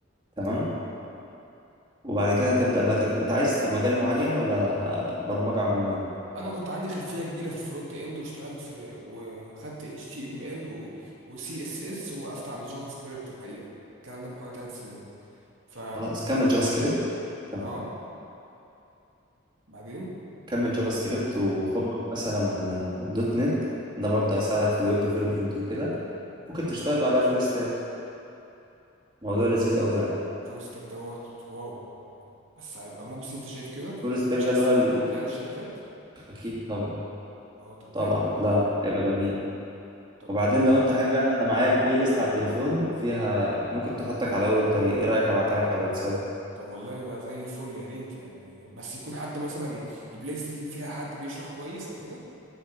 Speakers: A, on the right; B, on the right.
A: تمام
B: حلو قوي
A: وبعد كده هتبدا بقى تت... انت عايز مجال معين ولا برمجه عموما
B: انا كنت عندي خلفيه كبيره في الفرونت اند واشتغلت في وخدت اتش تي ام ال و... وسي اس اس وقفت عند جافا سكريبت الحقيقه الكلام ده من حوالي ثلاث سنين ف
A: خلاص كمل جافا سكريبت تمام
B: اه بعدين
A: كمل جافا سكريبت وخد معاك مثلا دوت نت ده برضه هيساعدك في الويب ديفلوبمنت وكده ممكن تشتغل بعدها فول ستاك موضوع لذيذ قوي يعني
B: فول ستاك دوت واو يعني بس هيبقى مجزي انت شايف كده
A: فول ستاك
B: مش
A: ده
B: هيستغلوك
A: اللي هو ال-
B: يعني الشركات
A: اكيد طبعا
B: اه طب
A: طبعا
B: ده حلو
A: لا لا يبقى جميل
B: طب
A: وبعدين
B: ده رايق
A: لو انت حابب يعني انا معايا بلاي ليست على التليفون فيها ممكن تحطك على اول الطريق ايه رايك ابعتها لك على الواتساب
B: طب والله ده زي الفل يا ريت يعني بس يكون حد مثلا البلايس دي فيها حد بيشرح كويس او كده